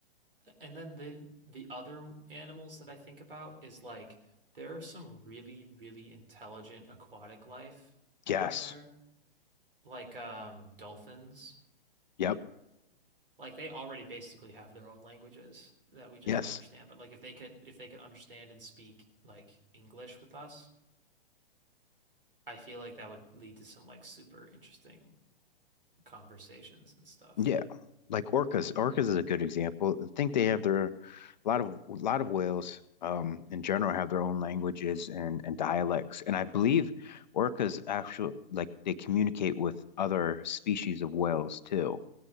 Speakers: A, on the right; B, on the left.
A: And then the the other animals that I think about is like there are some really, really intelligent aquatic life
B: yes,
A: out there, like um dolphins.
B: yep,
A: Like they already basically have their own languages that we just
B: yes.
A: don't understand. But like if they could if they could understand and speak like English with us I feel like that would lead to some like super interesting conversations and stuff.
B: Yeah, like orcas. Orcas is a good example. I think they have their a lot of a lot of whales um in general have their own languages and and dialects. And I believe orcas actually like they communicate with other species of whales too.